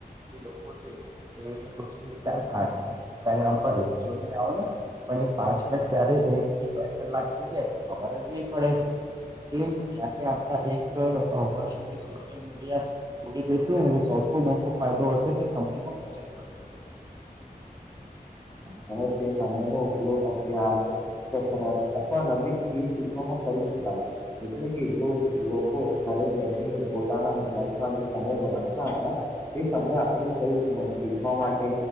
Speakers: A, on the right; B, on the left.
A: જે લોકો છે એ છો ચાલ પાચ ઇન્સ્ટાગ્રામ પર જોઈને આવ ને પણ એ પાંચ મિનટ ક્યારે એક થી બે કલાક થઈ જાય ખબર જ નહી પડે એટલે જયારે આપડા એક વર્ષ સુધી સોશિયલ મીડિયા છોડી દેશે એ સૌથી મોટો ફાયદો હશે કે સમય ન બચત થશે
B: હ હવે તે સમય નો ઉપયોગ અભ્યાસ કસરત અથવા નવી સ્ શીખવામાં કરી શકાય એટલે કે જો લોકો ઘરે બેઠીને પોતાના સમય બનાતા હત એ સમય આપણે કઈક શીખવા માટે